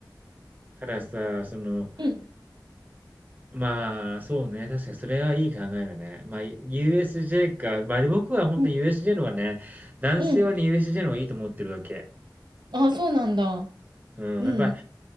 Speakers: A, on the right; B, on the right.
A: たださ、その、
B: うん。
A: まあ、そうね。確かにそれはいい考えだね。まあ、USJ か。まあ、で僕は本当
B: うん。
A: USJ の方がね、男性はね、
B: うん。
A: USJ の方がいいと思ってるわけ。
B: ああ、そうなんだ。
A: うん。
B: うん。
A: やっぱ、